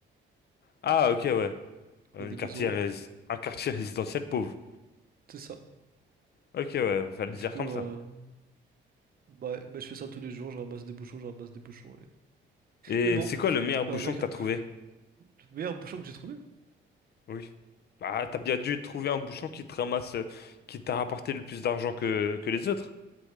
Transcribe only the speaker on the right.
On a des maisons,
c'est ça.
Et du
coup,
euh,
bah, bah, je fais ça tous les jours, je ramasse des bouchons, je ramasse des bouchons.
Mais bon,
fait
avec
hein.
Le meilleur bouchon que j'ai trouvé.